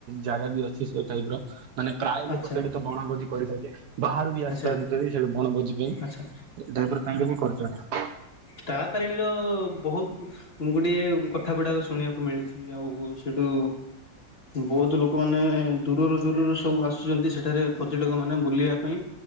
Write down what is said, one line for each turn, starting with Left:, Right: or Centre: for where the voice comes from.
Right: ଜାଗା ବି ଅଛି ସେ ଟାଇପ ର ମାନେ ପ୍ରାୟ ଲୋକ
Left: ଆଚ୍ଛା
Right: ସେଇଠି ତ ବଣ ଭୋଜି କରି ଖାଇଲେ। ବାହାରୁ ବି
Left: ଆଚ୍ଛା
Right: ଆସିପାରନ୍ତି ସେଠି ବଣ ଭୋଜି ପାଇଁ
Left: ଆଚ୍ଛା
Right: ଡାଇର ତାଙ୍କେ ବି କରିଚ ନି।
Left: ତାରାତାରିଣୀର ବହୁତ ମୁଁ ଗୋଟେ କଥା ଗୁଡାକ ଶୁଣିବାକୁ ମିଳିଛି, ଆଉ ସେଇଠୁ ବହୁତ ଲୋକମାନେ ଦୂରରୁ ଦୂରରୁ ସବୁ ଆସୁଛନ୍ତି ସେଠାରେ ପର୍ଯ୍ୟଟକ ମାନେ ବୁଲିବା ପାଇଁ।